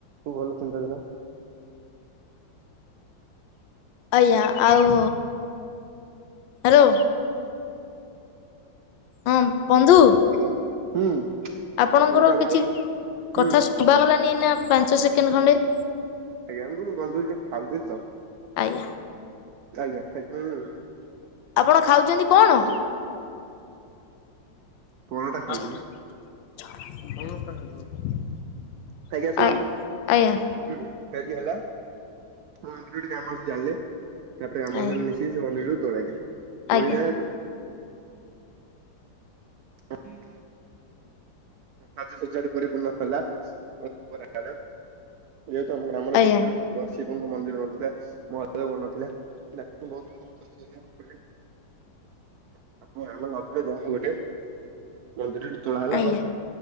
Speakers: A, on the right; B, on the left.
A: ଖୁବ୍ ଭଲ ଚିନ୍ତାଧାରା।
B: ଆଜ୍ଞା ଆଉ ହାଲୋ। ହଁ ବନ୍ଧୁ।
A: ଆଜ୍ଞା ହୁଁ।
B: ଆପଣଙ୍କର
A: ଚିନ୍ତା କରି
B: କିଛି
A: ହୁଁ
B: କଥା ଶୁଭା ଗଲାନି ଏଇନା ପାଞ୍ଚ ସେକେଣ୍ଡ ଖଣ୍ଡେ।
A: ଆଜ୍ଞା ମୁଁ ବନ୍ଧୁ ଟିକେ ଖାଉଥିଲି ତ।
B: ଆଜ୍ଞା।
A: ଆଜ୍ଞା। <inaudible>
B: ଆପଣ ଖାଉଚନ୍ତି କଣ? <unintelligible>
A: ପରଟା ଖାଉଥିଲି ଆଜ୍ଞା ଶୁଣନ୍ତୁ
B: ଆ ଆଜ୍ଞା
A: ହୁଁ ଫେରେ ଇଏ ହେଲା ମନ୍ଦିର ଟି ଗ୍ରାମ ବାସି ଜାଣିଲେ। ତାପରେ ଗ୍ରାମ
B: ଆଜ୍ଞା
A: ବାସି ମାନେ ମିଶିକି ସେ ମନ୍ଦିରଟିକୁ ତୋଳାଇଲେ
B: ଆଜ୍ଞା
A: ତୋଳିଲେ। <unintelligible> <unintelligible> ଏବଂ ଶିବଙ୍କ
B: ଆଜ୍ଞା
A: ମନ୍ଦିର ନଥିଲା। ମହାଦେବଙ୍କର ନଥିଲା। <unintelligible> ମନ୍ଦିରଟି ତୋଳା ହେଲା
B: ଆଜ୍ଞା
A: ଏବଂ